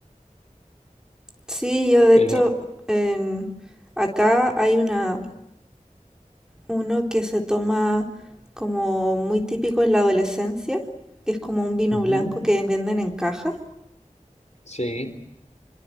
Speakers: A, in the centre; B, on the left (about 55°).
A: Sí, yo de
B: Pero,
A: hecho en- acá hay una Uno que se toma como muy típico en la adolescencia, que es como un vino
B: ujú,
A: blanco que venden en caja.
B: sí.